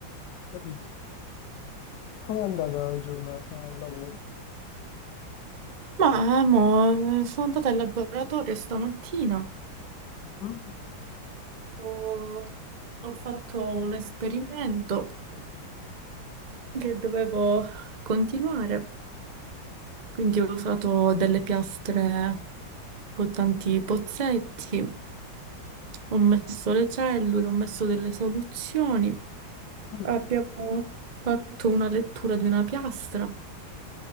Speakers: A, on the left (about 70°); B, on the right (about 70°).
A: capito? Com'è andata la giornata al lavoro?
B: Ma, mo, sono andata al laboratorio stamattina.
A: Mhm.
B: Ho, ho fatto un esperimento. che dovevo continuare. Quindi ho usato delle piastre con tanti pozzetti, ho messo le cellule, ho messo delle soluzioni.
A: Mm.
B: Abbiamo fatto una lettura di una piastra.